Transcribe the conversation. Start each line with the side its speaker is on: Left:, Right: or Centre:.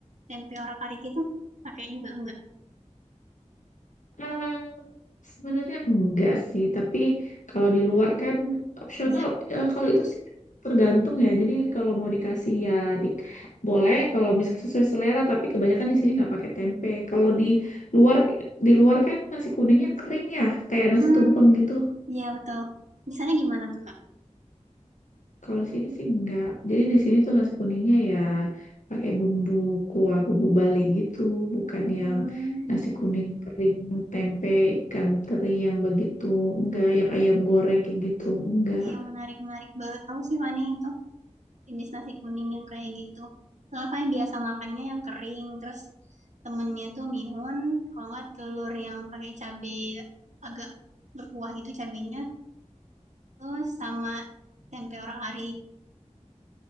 Right: tempe orang kari itu pakai juga enggak?
Left: Eh, sebenarnya enggak sih, tapi kalau di luar kan opsional.
Right: Enggak.
Left: Eh, kalau itu sih tergantung ya. Jadi kalau mau dikasih ya di- boleh. Kalau misal sesuai selera, tapi kebanyakan di sini nggak pakai tempe. Kalau di luar di luar kan nasi kuningnya kering ya, kayak nasi
Right: Hmm,
Left: tumpeng gitu.
Right: iya betul. Di sana gimana tuh Kak?
Left: Kalau di sini sih enggak. Jadi di sini tuh nasi kuningnya ya pakai bumbu kuah bumbu Bali gitu, bukan
Right: Hmm.
Left: yang nasi kuning kering tempe ikan teri yang begitu, enggak yang ayam goreng kayak gitu, enggak.
Right: Iya menarik menarik. Baru tahu sih Fani itu jenis nasi kuning yang kayak gitu. Soalnya Fani biasa makannya yang kering, terus temennya tuh mihun, kalau nggak telur yang pakai cabai agak berkuah gitu cabenya, terus sama tempe orak arik